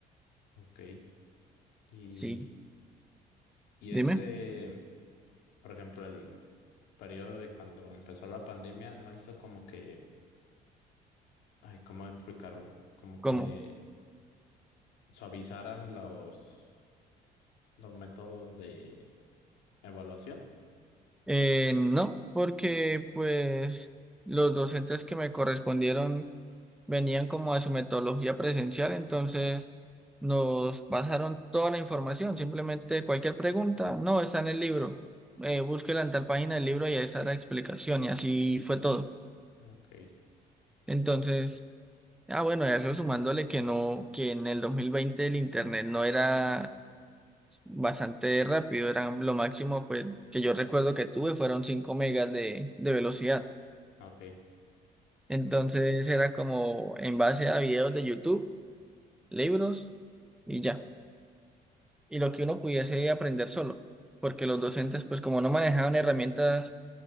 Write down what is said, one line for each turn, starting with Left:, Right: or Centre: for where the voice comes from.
Left: ok. Y,
Centre: Sí,
Left: y
Centre: dime,
Left: ese... Por ejemplo, el periodo de cuando empezó la pandemia no hizo como que, ay, ¿cómo explicarlo? Como
Centre: ¿cómo?
Left: que suavizaran los, los métodos de evaluación.
Centre: Eh, no, porque pues los docentes que me correspondieron venían como a su metodología presencial, entonces nos pasaron toda la información, simplemente cualquier pregunta, no, está en el libro, eh, búsquela en tal página del libro y ahí está la explicación y así fue todo.
Left: Ok,
Centre: Entonces... Ah, bueno, eso sumándole que no, que en el 2020 el internet no era bastante rápido, eran lo máximo pues que yo recuerdo que tuve fueron 5 megas de, de velocidad.
Left: ok.
Centre: Entonces
Left: Ton-
Centre: era como en base a videos de YouTube, libros y ya. Y lo que uno pudiese aprender solo, porque los docentes pues como no manejaban herramientas